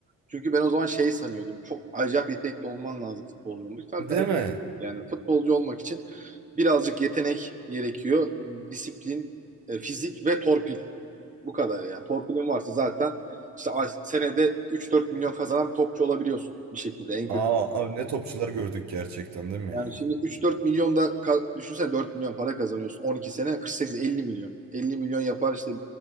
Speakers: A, on the right; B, on the right.
A: Çünkü ben o zaman şey sanıyordum. Çok acayip yetenekli olman lazım futbolcu olmak. Tabii
B: Değil
A: alakası
B: mi?
A: yok. yani futbolcu olmak için birazcık yetenek gerekiyor. Disiplin, e, fizik ve torpil. Bu kadar yani. Torpilin varsa zaten işte ay- senede 3-4 milyon kazanan bir topçu olabiliyorsun bir şekilde en
B: Aa,
A: kötü.
B: abi ne topçular gördük gerçekten değil mi ya?
A: Yani şimdi üç dört milyon da ka- düşünsene 4 milyon para kazanıyorsun. on iki sene 48 50 milyon. 50 milyon yapar işte